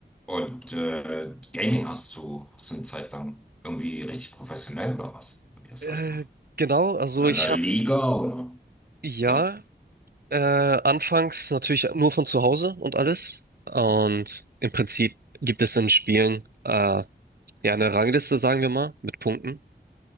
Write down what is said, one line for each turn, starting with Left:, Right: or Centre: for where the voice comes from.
Centre: Und äh, Gaming hast du, hast du eine Zeit lang irgendwie richtig professionell oder was? Wie hast
Right: Äh,
Centre: du das gemacht?
Right: genau, also
Centre: In einer
Right: ich habe
Centre: Liga oder?
Right: ja
Centre: Ja,
Right: äh, anfangs natürlich nur von zu Hause und alles. Und im Prinzip gibt es in Spielen äh, ja eine Rangliste, sagen wir mal, mit Punkten.